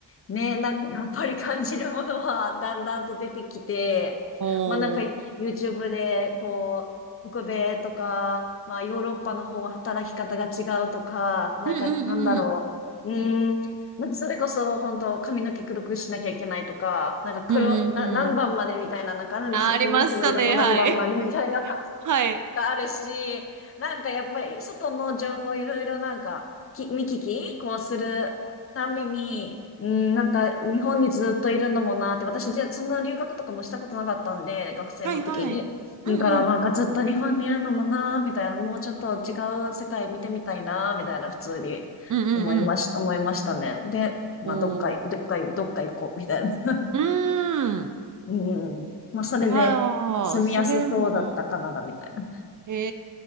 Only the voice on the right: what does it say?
おー。
うんうんうん。
うんうんうん。
あ、ありましたね。
はい。はい。
はいはい。
うんうん。
うんうんうん。
おー。
うーん。
いやー、それでも、へ